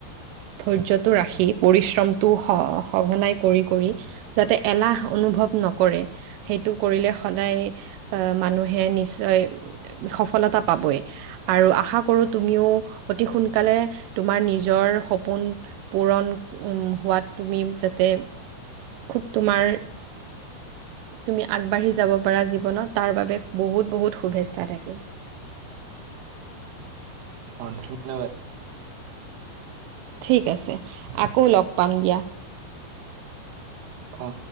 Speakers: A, on the right; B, on the right.
A: ধৈৰ্যটো ৰাখি পৰিশ্ৰমটো স সঘনাই কৰি কৰি যাতে এলাহ অনুভৱ নকৰে সেইটো কৰিলে সদায় আহ মানুহে নিশ্চয় সফলতা পাবই আৰু আশা কৰোঁ তুমিও অতি সোনকালে তোমাৰ নিজৰ সপোন পূৰণ হোৱাত তুমি যাতে খুব তোমাৰ তুমি আগবাঢ়ি যাব পাৰা জীৱনত তাৰ বাবে বহুত বহুত শুভেচ্ছা থাকিল <inaudible>
B: অ', ধন্যবাদ।
A: ঠিক আছে আকৌ লগ পাম দিয়া।
B: অ',